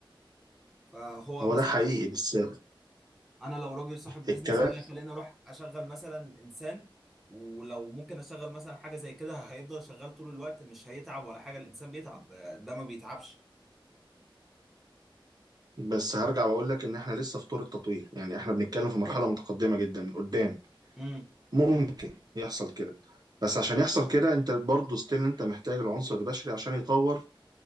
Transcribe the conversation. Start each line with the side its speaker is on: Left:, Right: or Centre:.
Centre: فهو
Right: هو
Centre: مثلا
Right: ده حقيقي بس
Centre: انا لو راجل صاحب بيزنس
Right: الكلام
Centre: ايه اللي هيخليني اروح اشغل مثلا انسان ولو ممكن اشغل مثلا حاجه زي كده هيفضل شغال طول الوقت مش هيتعب ولا حاجه الانسان بيتعب آه، ده ما بيتعبش
Right: بس هرجع واقول لك ان احنا لسه في طور التطوير يعني احنا بنتكلم في مرحله متقدمه جدا قدام
Centre: امم
Right: ممكن يحصل كده بس عشان يحصل كده انت برضه ستيل انت محتاج العنصر البشري عشان يطور